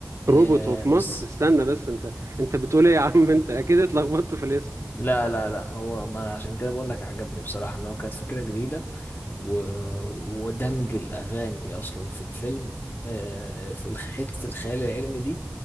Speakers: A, on the left; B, on the right.
A: آه،
B: روبوت وفي
A: بس
B: مصر استنى بس انت انت بتقول ايه يا عم انت اكيد اتلخبطت في الاسم
A: لا لا لا هو ما أنا عشان كده بقول لك عجبني بصراحة إن هو كانت فكرة جديدة و... ودمج الأغاني أصلا في الفيلم آه، في الخ- حتة الخيال العلمي دي